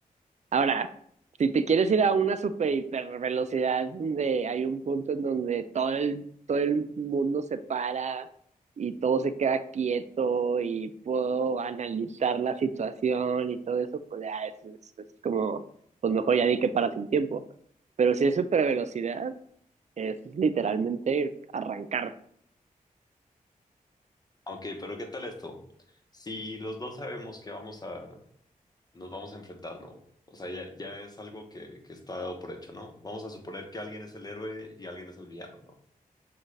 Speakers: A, on the right (about 50°); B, on the left (about 25°).
A: Ahora, si te quieres ir a una super hiper velocidad donde hay un punto en donde todo el, todo el mundo se para y todo se queda quieto y puedo analizar la situación y todo eso, pues ya es, es- es como, pues mejor ya di que paras el tiempo. Pero si es super velocidad, es literalmente arrancar
B: Ok, pero ¿qué tal esto? Si los dos sabemos que vamos a, nos vamos a enfrentar, ¿no? O sea, ya, ya es algo que, que está dado por hecho, ¿no? Vamos a suponer que alguien es el héroe y alguien es el villano, ¿no?